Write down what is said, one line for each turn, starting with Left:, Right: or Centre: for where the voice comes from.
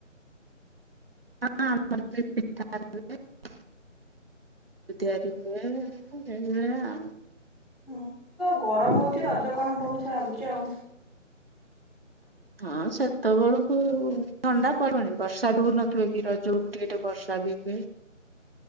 Right: ହଁ <unintelligible> ଧ <unintelligible>
Centre: ହୁଁ ତ ଗରମ ହଉଚ ରଜ କଣ ହବ ମୁଁ ସେ ଭାବୁଛି ଆଉ।
Right: ହଁ ସେତେବେଳକୁ ଥଣ୍ଡା ପଡୁନି ବର୍ଷା ଠୁ ନଥିବେ କି ରଜକୁ। ଟିକେ ଟିକେ ବର୍ଷା ବି ହୁଏ।